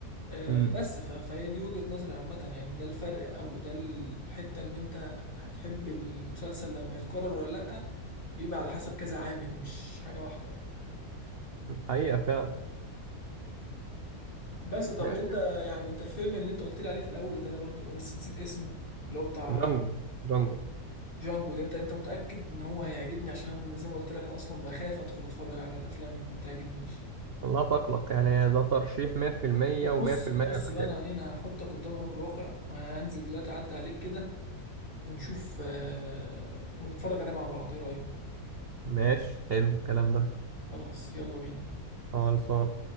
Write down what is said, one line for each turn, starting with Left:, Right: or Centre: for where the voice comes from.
Left: آه،
Right: امم
Left: بس ف- فهي دي وجهة نظري عامة يعني ده الفرق او ده الحتة ان انت هتحب المسلسل لما يتكرر ولا لأ بيبقى على حسب كذا عامل مش حاجة واحدة يعني
Right: حقيقة فعلا
Left: بس طب
Right: ماشي
Left: انت يعني انت الفيلم اللي انت قلت لي عليه في الاول ده انا برضو بس نسيت اسمه اللي هو بتاع
Right: جانجو جانجو
Left: جانجو ده انت انت متأكد ان هو هيعجبني عشان زي ما قلت لك انا اصلا بخاف ادخل اتفرج على الافلام ما تعجبنيش
Right: الله تقلق يعني ده ترشيح 100%
Left: طب
Right: و100%
Left: بص بص
Right: هبقى
Left: بقى
Right: حلو
Left: انا هنا هحطك قدام الامر الواقع وهنزل دلوقتي اعدي عليك كده ونشوف آه، ونتفرج عليه مع بعض ايه رأيك
Right: ماشي حلو الكلام ده
Left: خلاص يلا بينا
Right: خلصان